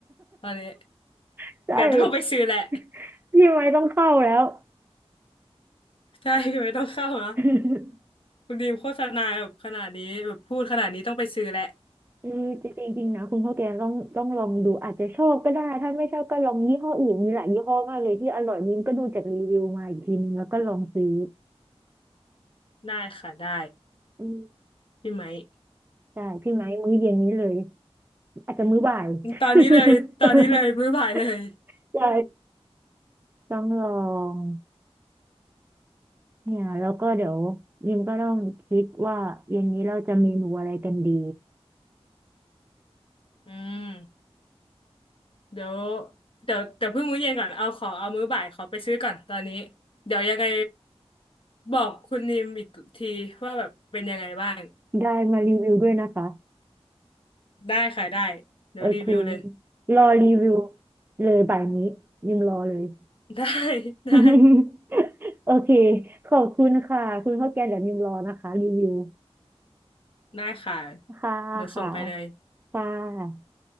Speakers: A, on the left; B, on the right.
A: ตอนนี้
B: <laughs> ใช่
A: เดี๋ยวต้องไปซื้อแหละ
B: <laughs> พี่ไม้ต้องเข้าแล้ว
A: <laughs> ใช่พี่ไว้ต้องเข้านะ
B: <laughs>
A: คุณดีมโฆษณาแบบขนาดนี้แบบพูดขนาดนี้ต้องไปซื้อแหละ
B: เออจริงๆจริงนะคุณข้าวแกงต้องต้องลองดูอาจจะชอบก็ได้ถ้าไม่ชอบก็ลองยี่ห้ออื่นมีหลายยี่ห้อมากเลยที่อร่อยนิ้มก็ดูจากรีวิวมาอีกทีนึงแล้วก็ลองซื้อ
A: ได้ค่ะได้
B: อืม
A: พี่ไหมค์
B: ใช่พี่ไม้มื้อเย็นนี้เลยอาจจะมื้อบ่าย
A: ตอนนี้เลยตอนนี้เลยมื้อบ่ายเลย
B: <laughs> ใช่ต้องลองเนี่ยแล้วก็เดี๋ยวยิมก็ต้องคิดว่าเย็นนี้เราจะเมนูอะไรกันดี
A: อืมเดี๋ยวเดี๋ยวเดี๋ยวเพิ่งมื้อเย็นก่อนเอาขอเอามื้อบ่ายขอไปซื้อก่อนตอนนี้เดี๋ยวยังไงบอกคุณดีมอีกทีว่าแบบเป็นยังไงบ้าง
B: ได้มารีวิวด้วยนะคะ
A: ได้ค่ะได้เดี๋ยวรีวิวเลย
B: โอเครอรีวิวเลยบ่ายนี้ยิมรอเลย
A: <laughs> ได้ได้
B: <laughs> โอเคขอบคุณค่ะคุณข้าวแกงเดี๋ยวยิมรอนะคะรีวิว
A: ได้ค่ะ
B: ค่ะค่ะ
A: เดี๋ยวส่งไปเลย
B: ค่ะ